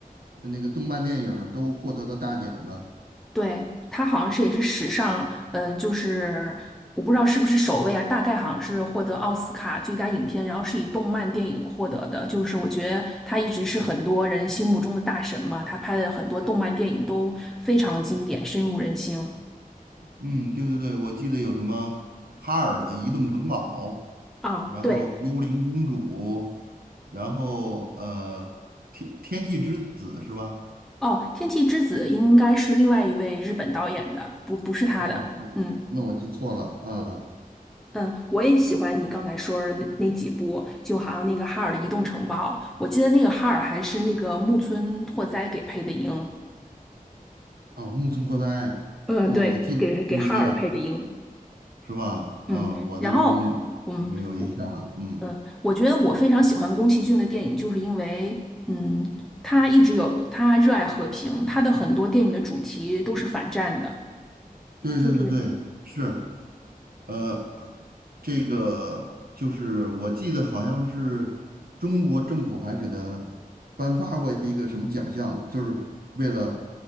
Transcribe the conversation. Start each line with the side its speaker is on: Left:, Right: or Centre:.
Right: 呃那个动漫电影儿都获得了大奖的。
Centre: 对，他好像是也是史上，嗯，就是我不知道是不是首位啊，大概好像是获得奥斯卡最佳影片，然后是以动漫电影获得的。就是我觉得他一直是很多人心目中的大神嘛，他拍的很多动漫电影都非常经典，深入人心。
Right: 嗯，对对对，我记得有什么哈尔的移动城堡，
Centre: 啊，
Right: 然后幽灵公主，
Centre: 对，
Right: 然后呃天天气之子是吧？
Centre: 哦，《天气之子》应该是另外一位日本导演的，不不是他的。
Right: 哦，
Centre: 嗯。
Right: 那我记错了啊。
Centre: 嗯，我也喜欢你刚才说的那那几部，就好像那个哈尔的《移动城堡》，我记得那个哈尔还是那个木村拓哉给配的音。
Right: 哦，木村拓哉，
Centre: 嗯，
Right: 哦，
Centre: 对，
Right: 你记得很清晰啊。
Centre: 给给哈尔配的音。
Right: 是吧？啊，
Centre: 嗯，
Right: 我都
Centre: 然后嗯，
Right: 没有印象了。
Centre: 我
Right: 嗯，
Centre: 嗯，我觉得我非常喜欢宫崎骏的电影，就是因为嗯，他一直有他热爱和平，他的很多电影的主题都是反战的。
Right: 对对对对，
Centre: 就是
Right: 是，呃，这个就是我记得好像是中国政府还给他颁发过一个什么奖项，就是为了